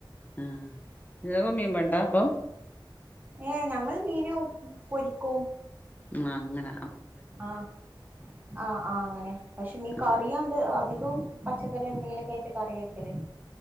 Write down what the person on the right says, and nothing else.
ഏഹ് ഞങ്ങള് മീനു പൊരിക്കും.
ആഹ് ആഹ് ആഹ് അങ്ങനെ പക്ഷെ ഇനി
കറിയാണ്ട് അധികും പച്ചക്കറി എന്തെങ്കിലൊക്കായിട്ട് കറി വെക്കല്.